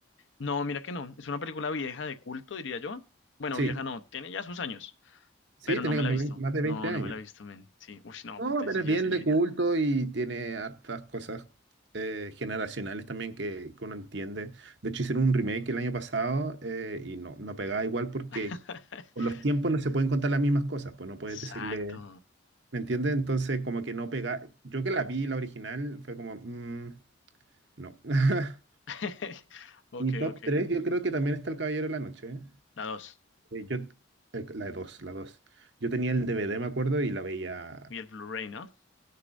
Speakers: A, on the left; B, on the right.
A: No, mira que no. Es una película vieja de culto, diría yo. Bueno,
B: Sí.
A: vieja no, tiene ya sus años,
B: Sí,
A: pero no
B: tiene
A: me
B: como
A: la he visto.
B: más de
A: No,
B: 20 años.
A: no me la he visto, men. Sí, uf, no,
B: No,
A: pues entonces
B: pero
A: sí
B: es
A: ya
B: bien
A: es viejita.
B: de culto y tiene hartas cosas eh, generacionales también que, que uno entiende. De hecho, hicieron un remake el año pasado eh, y no, no pegaba igual porque
A: <laughs>
B: con los tiempos no se pueden contar las mismas cosas, pues no puedes
A: Exacto.
B: decirle, ¿me entiendes? Entonces, como que no pega. Yo que la vi, la original, fue como, mm, no. <laughs>
A: <laughs> Ok,
B: Y top
A: ok.
B: 3, yo creo que también está El Caballero de la Noche. ¿eh?
A: La dos.
B: Eh, yo, eh, la 2, la 2. Yo tenía el DVD, me acuerdo, y la veía
A: Y el Blu-ray, ¿no?